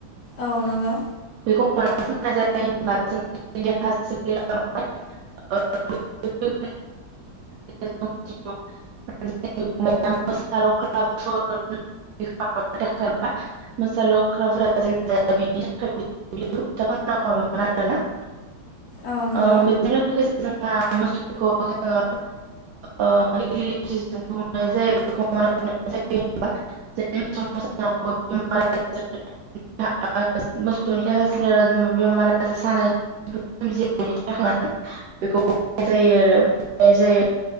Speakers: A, on the left (about 75°); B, on the right (about 70°).
A: औ नंगौ
B: बेखौ मोनो फोननाय जायो होनबा जों देहा सोलेराव <unintelligible> <unintelligible> <unintelligible> <unintelligible> मोसा लख्रा <unintelligible> <unintelligible> बेजों लोगोसे
A: औ नंगौ
B: जोंहा मोसौखौ जोङो <unintelligible> सम <unintelligible> <unintelligible> मोसौनि देहा सोलेरा जेनबा बेमार आजार सानाय सोमया बेनि थाखाय बेखौ होनाय जायो आरो <unintelligible> जायो